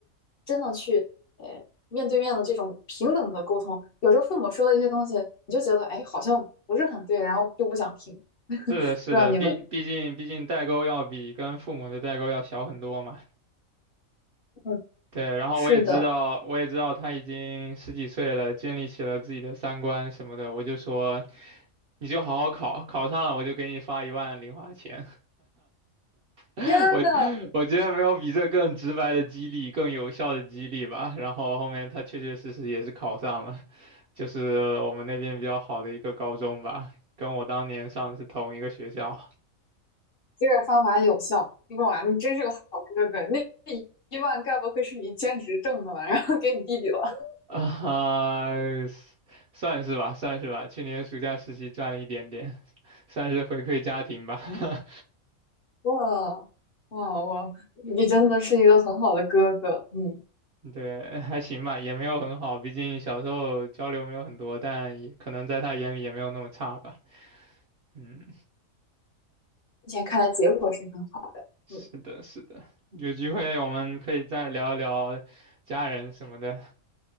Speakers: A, on the left; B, on the right.
A: 真的去呃面对面的这种平等的沟通。有时候父母说的一些东西，你就觉得哎好像不是很对，然后就不想听。
B: 是的，是的，
A: 不知道你们，
B: 毕毕竟毕竟代沟要比跟父母的代沟要小很多嘛。
A: 嗯，
B: 对，然后我也知道，
A: 是的，
B: 我也知道他已经十几岁了，建立起了自己的三观什么的。我就说，你就好好考，考上了我就给你发一万零花钱。<laughs>
A: 天呐，
B: 我我觉得没有比这更直白的激励，更有效的激励吧。然后后面他确确实实也是考上了，就是我们那边比较好的一个高中吧，跟我当年上的是同一个学校。
A: 这个方法有效。哇，你真是个好哥哥，那那一万该不会是你兼职挣的吧？然后给你弟弟了。
B: <laughs> 啊，算是吧，算是吧。去年暑假实习赚了一点点，算是回馈家庭吧。<laughs>
A: 哇哇哇！你真的是一个很好的哥哥，嗯，目
B: 对，还行吧，也没有很好，毕竟小时候交流没有很多，但也可能在他眼里也没有那么差吧。嗯，
A: 前看来结果是很好的，
B: 是的，
A: 嗯，
B: 是的。有机会我们可以再聊一聊家人什么的。